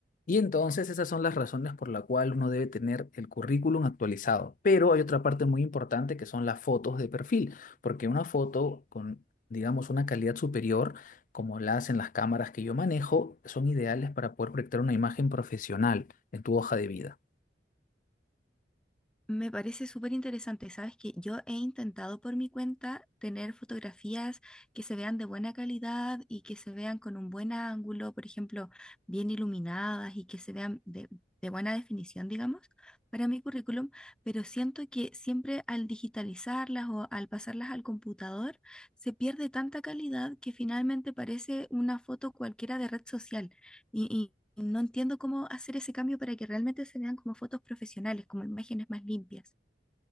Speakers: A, on the left; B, in the centre.
A: Y entonces esas son las razones por la cual uno debe tener el currículum actualizado. Pero hay otra parte muy importante que son las fotos de perfil, porque una foto con, digamos, una calidad superior, como la hacen las cámaras que yo manejo, son ideales para poder proyectar una imagen profesional en tu hoja de vida.
B: Me parece súper interesante. Sabes que yo he intentado por mi cuenta tener fotografías que se vean de buena calidad y que se vean con un buen ángulo, por ejemplo, bien iluminadas y que se vean de, de buena definición, digamos, para mi currículum, pero siento que siempre al digitalizarlas o al pasarlas al computador se pierde tanta calidad que finalmente parece una foto cualquiera de red social. Y, y no entiendo cómo hacer ese cambio para que realmente se vean como fotos profesionales, como imágenes más limpias.